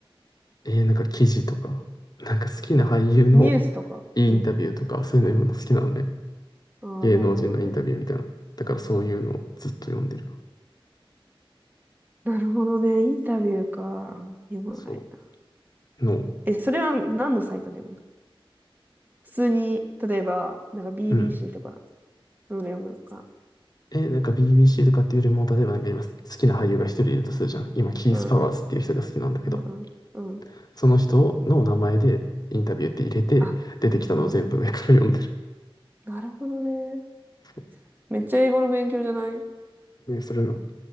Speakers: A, on the left; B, on the right.
A: えー、なんか記事とか、なんか好きな俳優の
B: ニュースとか。
A: いいインタビューとか、
B: うん。
A: そういうの読むの好きなのね。
B: ああ、
A: 芸能人のインタビューみたいな。
B: なるほどね。
A: だからそういうのをずっと読んでる。
B: なるほどね。インタビューか。読まないな。
A: そう。の
B: え、それは何のサイトで読むの普通に、例えば、なんか BBC
A: うん。
B: とか、うん、読むのか。
A: え、なんか BBC とかっていうよりも、例えばなんか今好きな俳優が一人いるとするじゃん。今、キース・
B: うんうん、
A: パワーズっていう人が好きなんだけど、
B: うんうん、うん。
A: その人の名前でインタビューって入れて、
B: あ、
A: 出てきたのを全部上から読んでる。
B: うん。なるほどね。
A: そ
B: めっちゃ英語の勉強じゃない
A: う。ね、それの。